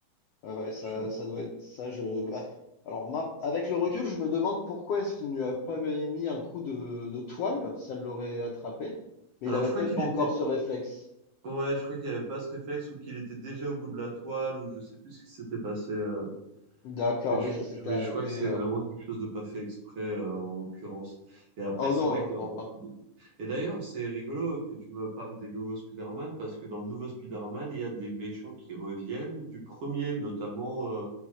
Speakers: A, on the left; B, on the right.
A: Ouais, ouais, ça,
B: Je-
A: ça doit être ça. Je... ah, Alors, maint- avec le recul, je me demande pourquoi est-ce qu'il ne lui a pas mis un coup de, de toile, ça l'aurait attrapé. Mais
B: Alors
A: il avait
B: je crois
A: peut-être
B: qu'il
A: pas
B: était...
A: encore ce réflexe.
B: Ouais, je crois qu'il avait pas ce réflexe ou qu'il était déjà au bout de la toile ou je sais plus ce qui s'était passé. euh,
A: D'accord,
B: Mais je,
A: oui, ça s'était
B: mais
A: arrêté.
B: je crois que c'est
A: euh.
B: vraiment quelque chose de pas fait exprès, euh, en l'occurrence. Et après,
A: Ah, Oh
B: c'est
A: non,
B: vrai que dans...
A: je pense pas.
B: dans- Et d'ailleurs, c'est rigolo que tu me parles des nouveaux Spider-Man, parce que dans le nouveau Spider-Man, il y a des méchants qui reviennent du premier, notamment euh,